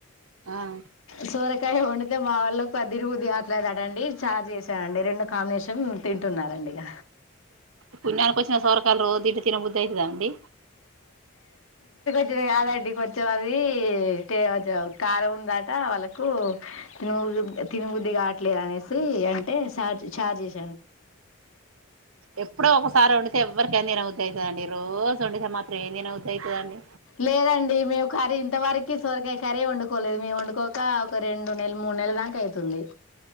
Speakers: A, on the right; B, on the left.
A: ఆ
B: సోరకాయ వండతే మా వాళ్లు పదినిమిది అట్లాదు అటడి చార్జ చేస్త అండి రెండు కాంబినేషన్ తింటున్నారండి ఇక
A: పుణ్యానికి వచ్చిన సవరకాాల ర దింట తినబుద్ధ అవుతుందా అండి
B: కాదడి కొర్చం అది ఇే కారం ఉందా వాళ్ళకు తి తినుముద్ది కావట్లేదునేసి అంటే చార్జ్ చార్జ్ చే
A: ఎప్పుడో ఒకసారి వండితే ఎవరికైనా నేను ఉద్దస్తానండి ఈ రోజు డ మాత్రం ఏన్నా ఉదవుయిదండి
B: లేదండి మేము కర్రీ ఇంత వరకు సొరకాయ కర్రీ వండుకోలేదు మేముం అడుకోక ఒక రెండు నెల మూడు నెల దాకా అవుతుంది